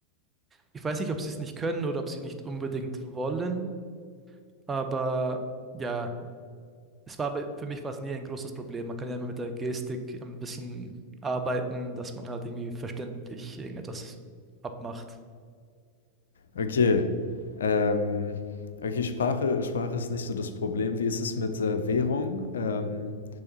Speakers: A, on the right; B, on the left.
A: ich weiß nicht, ob sie es nicht können oder ob sie nicht unbedingt wollen, aber ja, es war bei- für mich war es nie ein großes Problem. Man kann ja immer mit der Gestik ein bisschen arbeiten, dass man halt irgendwie verständlich irgendetwas abmacht.
B: Okay. Ähm, okay, Sprache, Sprache ist nicht so das Problem. Wie ist es mit äh, Währung? Ähm,